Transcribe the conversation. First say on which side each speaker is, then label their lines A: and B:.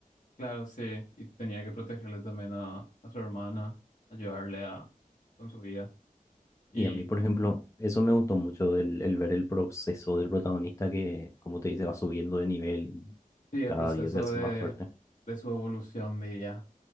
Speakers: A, on the left; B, on the left.
A: Claro, sí, y tenía que protegerle también a, a su hermana, ayudarle a, con su vida. Y
B: Y a mí, por ejemplo, eso me gustó mucho, el, el ver el proceso del protagonista que, como te dice, va subiendo de nivel y
A: sí, el
B: cada
A: proceso
B: día se hace
A: de,
B: más fuerte.
A: de su evolución, diría.